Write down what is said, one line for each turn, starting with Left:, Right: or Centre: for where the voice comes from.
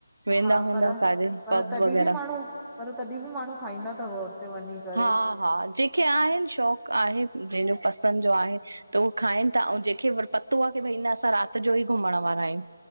Right: वेंदा
Centre: हा
Right: हूंदा
Centre: पर
Right: काॾे
Centre: पर
Right: पब
Centre: तॾहिं
Right: वगैरह।
Centre: बि माण्हू पर तॾहिं बि माण्हू खाईंदा तव हुते वञी। करे
Right: हा हा जेके आहिनि शौक़ु आहे जंहिंजो पसंदि जो आहे त उहो खाइनि था ऐं जंहिंखे वरी पतो आ कि भई न असां राति जो ई घुमण वारा आहियूं।